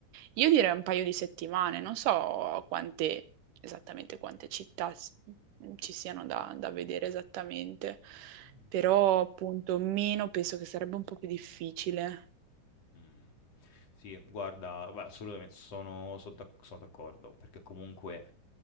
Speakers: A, on the right; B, on the left.
A: io direi un paio di settimane, non so quante esattamente quante città s- mm, ci siano da, da vedere esattamente,
B: Mh,
A: però appunto meno penso che sarebbe un po' più difficile.
B: mh. Sì, guarda, beh, assolutamente sono, so d'ac- sono d'accordo, perché comunque